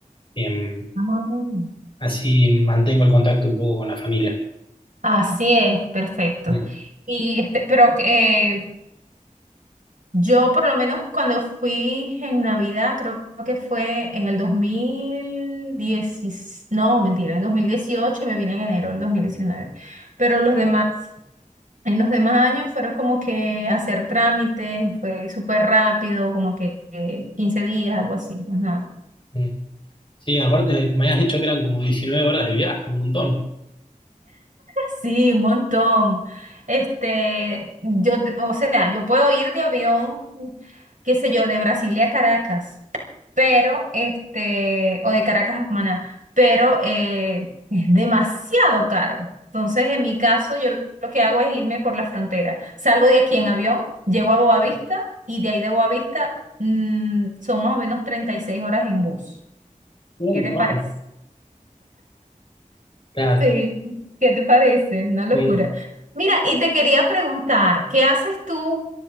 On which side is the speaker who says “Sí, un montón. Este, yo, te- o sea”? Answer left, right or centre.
Right